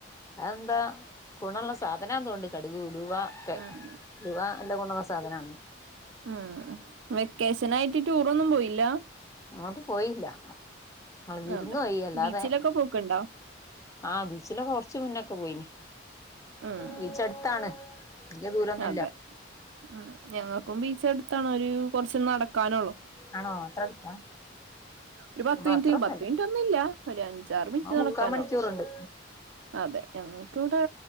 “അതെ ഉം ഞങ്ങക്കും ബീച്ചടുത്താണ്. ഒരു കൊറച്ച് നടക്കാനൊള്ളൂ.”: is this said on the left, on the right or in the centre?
Right